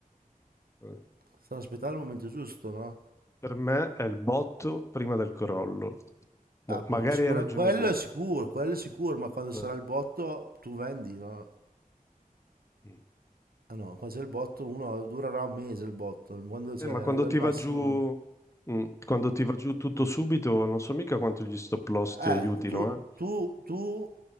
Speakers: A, on the left (about 20°); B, on the right (about 80°).
A: eh,
B: Stanno aspettando il momento giusto, no?
A: per me è il botto prima del crollo. Mo,
B: Ah, poi,
A: magari
B: sicura-
A: hai ragione
B: quello
A: tu.
B: è sicuro, quello è sicuro, ma quando
A: Eh.
B: sarà il botto tu vendi, no?
A: Mm.
B: Ah no, quando c'è il botto, uno durerà un mese il botto, quando cioè,
A: Eh, ma
B: arriva
A: quando ti
B: al massimo.
A: va giù, mm, quando ti va giù tutto subito, non so mica quanto gli stop loss ti
B: Eh,
A: aiutino,
B: tu,
A: eh?
B: tu, tu